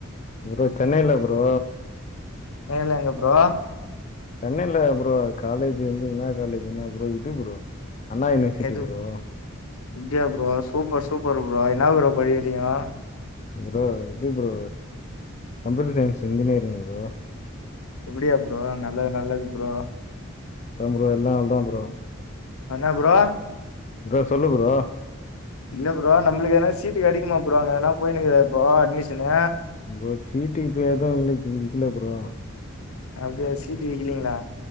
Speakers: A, on the left; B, on the left.
A: ப்ரோ சென்னைல ப்ரோ
B: வேல எங்க ப்ரோ
A: சென்னைல ப்ரோ காலேஜ் வந்து இன்னா காலேஜ்னா ப்ரோ இது ப்ரோ அண்ணா யுனிவர்சிட்டி
B: எது
A: ப்ரோ.
B: அப்டியா ப்ரோ சூப்பர் சூப்பர் ப்ரோ என்ன ப்ரோ படிக்கிரிங்கோ
A: ப்ரோ இது bro computer science engineering bro
B: அப்டியா ப்ரோ நல்லது நல்லது ப்ரோ
A: அதா ப்ரோ எல்லா அதா ப்ரோ
B: அனா ப்ரோ
A: ப்ரோ சொல்லு ப்ரோ
B: இல்ல ப்ரோ நம்மளுக்கு எதுனா சீட்டு கிடைக்குமா ப்ரோ அங்க ஏனா போய்னுக்ற இப்போ அட்மிஷனு
A: ப்ரோ சீட்டு இப்ப எதுவு இல்லை இல்ல ப்ரோ
B: அப்டியா சீட்டு இல்லிங்ளா